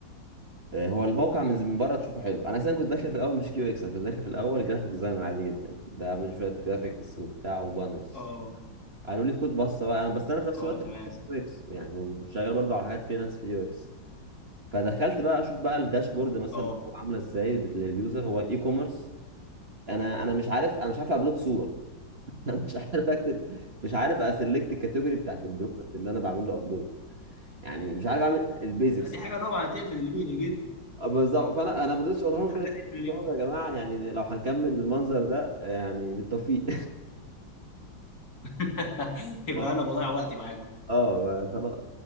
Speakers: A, on the right; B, on the left.
A: آه، هو الموقع من من بره تشوفه حلو انا اصلا كنت داخل في الاول مش كيو اكس انا كنت داخل في الاول جرافيك ديزاينر عادي جدا بعمل شويه جرافيكس وبتاع وبانرز
B: اه
A: قالوا لي خد بصه بقى أنا- بس انا في نفس
B: اه
A: الوقت
B: تمام
A: بدرس يو اكس يعني وشغال برضو على حاجات فريلانس في اليو اكس فدخلت بقى اشوف بقى الداشبورد مثلا
B: اه
A: هو عامله ازاي بت- لليوزر هو اي كوميرس انا انا مش عارف انا مش عارف ابلود صوره <laughs> انا مش عارف اكتب مش عارف اسلكت الكاتيجوري بتاعت البرودكت اللي انا بعمل له ابلود يعني مش عارف اعمل البيزكس
B: <laughs> دي حاجه طبعا هتقفل اليوزر جدا
A: آه، بالظبط فانا انا ما رضيتش اقولها لهم كده
B: هتقفل
A: قلت
B: اليوزر.
A: لهم يا جماعه يعني لو هنكمل بالمنظر ده يعني بالتوفيق
B: <laughs> يبقى
A: <laughs>
B: انا بضيع وقتي معاكم
A: اه خلاص